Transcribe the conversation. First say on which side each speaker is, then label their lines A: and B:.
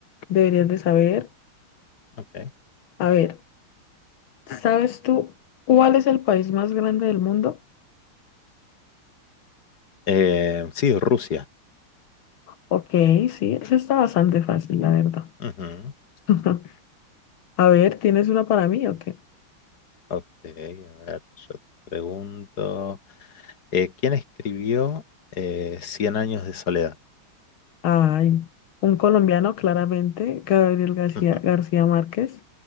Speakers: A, on the left (about 75°); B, on the left (about 50°).
A: deberías de saber.
B: Ok.
A: A ver, ¿sabes tú cuál es el país más grande del mundo?
B: Eh, sí, Rusia.
A: Ok, sí, eso está bastante fácil, la verdad.
B: Ujú.
A: <laughs> A ver, ¿tienes una para mí o qué?
B: Ok, a ver, yo te pregunto. Eh, ¿quién escribió eh, Cien años de soledad?
A: Ay, un colombiano, claramente, Gabriel García,
B: <laughs>
A: García Márquez,